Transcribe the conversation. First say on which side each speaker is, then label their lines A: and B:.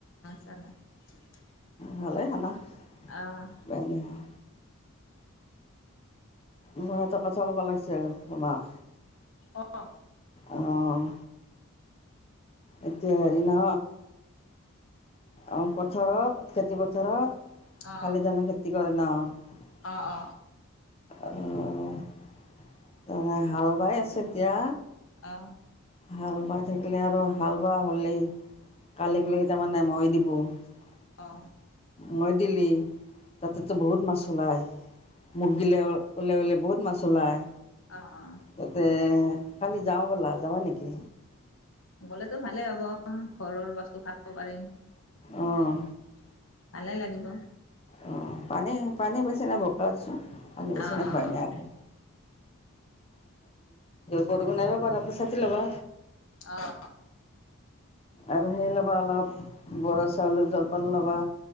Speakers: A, on the left; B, on the left.
A: <unintelligible>
B: ভালে খানা।
A: আহ
B: উপাই নাই আৰু মই এটা কথা ক'ব লাগিছি। চে তোমাক।
A: অ
B: অ'। এতিয়া হেৰি ন' অহ পথাৰত, খেতি পথাৰত
A: অ
B: শালি ধানৰ খেতি কৰে ন'।
A: অ অ অ
B: আৰু <unintelligible> <unintelligible> ত হাল বাই আছে এতিয়া।
A: আহ।
B: হাল বাই থাকিলে আৰু হাল বোৱা হ'লেই। কালিক লৈকি তাৰ মান নে মই দিম গ <unintelligible>
A: অ'।
B: মই দিল্লী তাতেতো বহুত মাছ ওলায়, মোক দিলে ওলাই ওলোই বহুত মাছ ওলায়।
A: অ অ
B: তাতে কালি যাওঁ বলা। যাবা নেকি?
A: গ'লেতো ভালে হ'ব। অ' ঘৰৰ বস্তু খাব পাৰিম, সেয়াই
B: অঁ
A: আৰু। ভালে লাগিব।
B: অ' পানী, পানী বেছি নাই ব ছোন আ <unintelligible> বেচি
A: অ
B: ন ভয় নাই আকৌ বৰষুণ নাইব পাৰা চাতি ল'বা
A: অ
B: আৰু সেই ল'বা অলপ বৰা চাউলৰ জলপান ল'বা